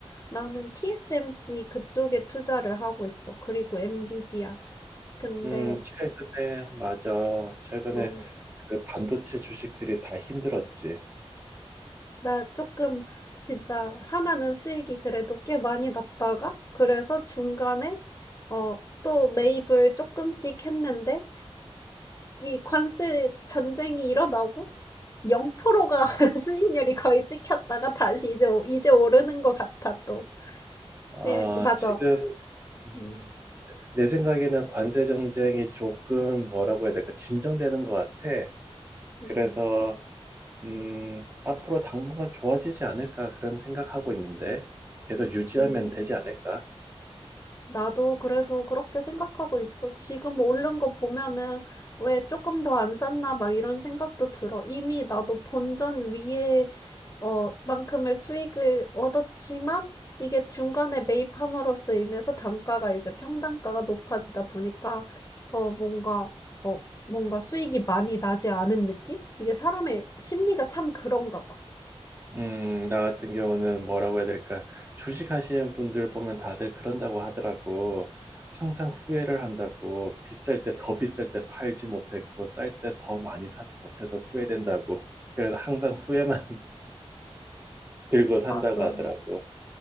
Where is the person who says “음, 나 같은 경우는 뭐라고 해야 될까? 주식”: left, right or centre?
Right